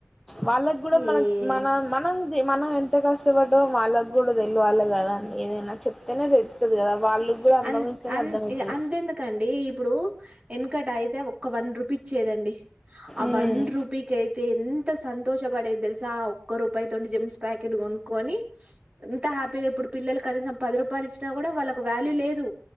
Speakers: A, in the centre; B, on the right (about 25°).
A: వాళ్ళకి కూడా
B: ఏ
A: మన మన మనం మనం ఎంత కష్టపడ్డోమో వాళ్ళకు కూడా తెలవాలి కదా అండి ఏదైనా చెప్తేనే తెలుస్తుది కదా వాళ్ళు కూడా అనుభవిస్తేనే
B: అన్ అన్
A: అర్థమవుతది
B: అంతెందుకండి ఇప్పుడు వెనకట అయితే ఒక్క వన్ రూపీ ఇచ్చేదండి ఆ
A: ఉమ్
B: వన్ రూపీకి అయితే ఎంత త సంతోషపడేది తెలుసా ఆ ఒక్క రూపాయి తోటి జమ్స్ ప్యాకెట్ కొనుక్కొని ఇంత హ్యాపీగా ఇప్పుడు పిల్లలు కనీసం పది రూపాయలుచ్చినా కూడా వాళ్ళ వ్యాల లు లేదు